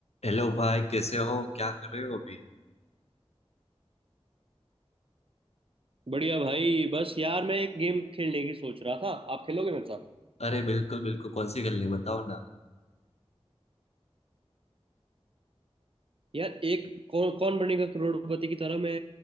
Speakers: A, on the left; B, on the right.
A: हेलो भाई कैसे हो क्या कर रहे हो अभी
B: बढ़िया भाई बस यार मैं एक गेम खेलने की सोच रहा था आप खेलोगे मेरे साथ
A: अरे बिल्कुल बिल्कुल कौन सी खेलनी है? बताओ ना
B: यार एक कौन कौन बनेगा करोड़पति की तरह मैं